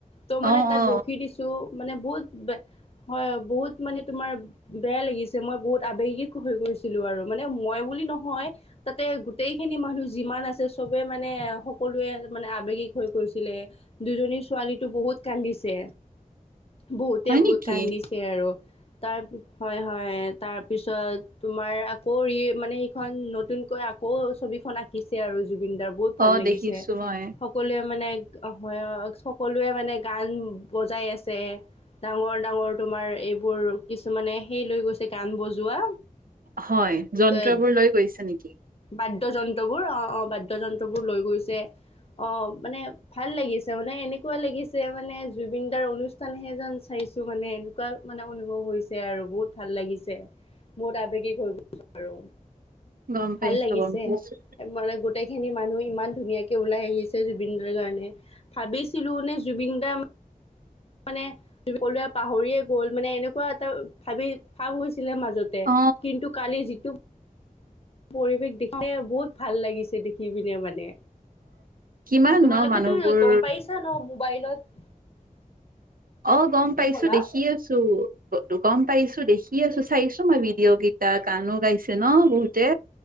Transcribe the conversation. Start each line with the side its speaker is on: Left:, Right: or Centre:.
Left: ত
Right: অ
Left: মানে তাত
Right: অ
Left: ৰখি দিছো ত মানে বহুত হয় বহুত মানে তোমাৰ বেয়া লাগিছে মই বহুত আৱেগিক হৈ গৈছিলো আৰু। মানে মই বুলি নহয় তাতে গোটেই খিনি মানুহ যিমান আছে চবে মানে সকলোৱে মানে আবেগিক হৈ গছিলে দুজনী ছোৱালীতো বহুত কান্দিছে বহুতে
Right: হয় নেকি
Left: কান্দি ছে আৰু তাৰ হয় হয় তাৰপিছত তোমাৰ আকৌ মানে ৰি সেই খন নতুনকৈ আকৌ ছবিখন আঁকিছে আৰু জুবিনদাৰ। বহুত ভাল
Right: অ
Left: লাগিছে।
Right: দেখিছো মই
Left: সকলোৱে মানে হয় সকলোৱে মানে গান বজাই আছে। ডাঙৰ ডাঙৰ তোমাৰ এইবোৰ কিছুমানে সেই লৈ গৈছে গান বজোৱা।
Right: হয়, যন্ত্ৰ
Left: এ
Right: বোৰ লৈ গৈছে নেকি?
Left: বাদ্যযন্ত্ৰবোৰ অঁ অ বাদ্যযন্ত্ৰবোৰ লৈ গৈছে। অঁ মানে ভাল লাগিছে মানে এনেকুৱা লাগিছে মানে জুবিনদাৰ অনু ষ্ঠানহে চাইছো মানে এনেকুৱা মানে অনুভৱ হৈছে আৰু বহুত ভাল লাগিছে। বহুত আবেগিক হৈ গৈছো আৰু,
Right: গম পাইছো
Left: ভাল লাগিছে।
Right: গম পাইছো
Left: মানে গোটেই খিনি মানুহ ইমান ধুনীয়াকে ওলাই আহিছে জুবিন দাৰ কাৰণে, ভাবিছিলো নে জুবিন দাৰ মানে সকলোৱে পাহৰিয়ে গ'ল মানে, এনেকুৱা এটা ভাবি ভাগ হৈছিলে। মাজতে
Right: অ
Left: কিন্তু কালি যিটো পৰিৱেশ দেখে বহুত ভাল লাগিছে দেখি পিনে মানে।
Right: কিমান
Left: তোমালোকেতো
Right: ন মানুহবোৰ
Left: গম পাইছা ন মোবাইলত।
Right: অঁ গম
Left: কি
Right: পাইছো
Left: ক'লা
Right: দেখি আছো। গম পাইছো দেখি আছো চাইছো মই ভিডিঅ' কেইটা গানো গাইছে ন বহুতে।